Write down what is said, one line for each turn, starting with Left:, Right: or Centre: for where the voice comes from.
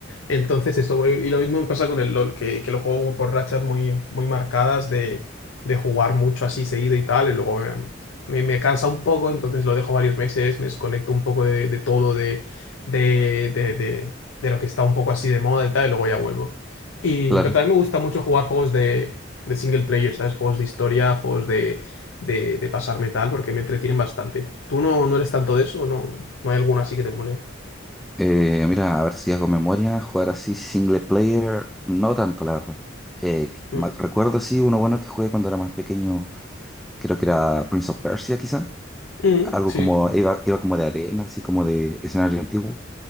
Left: Entonces eso, eh, y lo mismo me pasa con el LOL, que, que lo juego como por rachas muy, muy marcadas de, de jugar mucho así seguido y tal, y luego me, me, me cansa un poco, entonces lo dejo varios meses, me desconecto un poco de, de todo, de, de, de, de, de lo que está un poco así de moda y tal, y luego ya vuelvo. Y,
Centre: Claro.
Left: pero también me gusta mucho jugar juegos de, de single player, ¿sabes? Juegos de historia, juegos de, de, de pasarme tal, porque me entretienen bastante. ¿Tú no, no eres tanto de eso? ¿O ¿No, no hay alguno así que te mole?
Centre: Eh, mira, a ver si hago memoria, jugar así single player, no tanto, la verdad. Eh, que-
Left: Mm,
Centre: ma- recuerdo sí uno bueno que jugué cuando era más pequeño, creo que era Prince of Persia quizá,
Left: mm,
Centre: algo
Left: sí.
Centre: como, iba, iba como de arena, así como de escenario antiguo,